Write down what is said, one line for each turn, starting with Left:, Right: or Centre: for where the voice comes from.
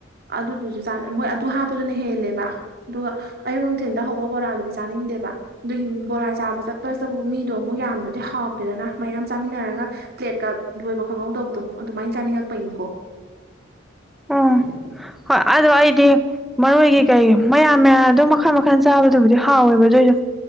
Right: ꯑꯗꯨꯗꯨꯁꯨ ꯃꯣꯏ ꯑꯗꯨ ꯄꯗꯨꯅ ꯍꯦꯜꯂꯦꯕ ꯑꯗꯨꯒ ꯑꯌꯨꯛ ꯅꯨꯡꯊꯤꯟꯜꯗ ꯍꯧꯕ ꯕꯣꯔꯥꯗꯨꯗꯤ ꯆꯥꯅꯤꯡꯗꯦꯕ ꯑꯗꯨꯒꯤ ꯕꯣꯔꯥ ꯆꯥꯕ ꯆꯠꯄꯁꯤꯗꯕꯨ ꯃꯤꯗꯣ ꯑꯃꯨꯛ ꯌꯥꯝꯗ꯭ꯔꯗꯤ ꯍꯥꯎꯗꯦꯗꯅ ꯃꯌꯥꯝ ꯆꯥꯃꯤꯟꯅꯔꯒ ꯄ꯭ꯂꯦꯠꯀ ꯂꯣꯏꯕ ꯈꯪꯍꯧꯗꯕꯗꯣ ꯑꯗꯨꯃꯥꯏꯅ ꯆꯥꯅꯤꯡꯉꯛꯄꯩꯅꯤꯀꯣ
Centre: ꯎꯝ
Right: <inaudible>
Centre: ꯍꯣꯏ ꯑꯗꯨ ꯑꯩꯗꯤ ꯃꯔꯣꯏꯒꯤ ꯀꯩ ꯃꯌꯥꯜ ꯃꯌꯥꯜ ꯑꯗꯨꯝ ꯃꯈꯜ ꯃꯈꯜ ꯆꯥꯕꯗꯨꯕꯨꯗꯤ ꯍꯥꯎꯋꯦꯕ ꯑꯗꯨꯏꯖꯨ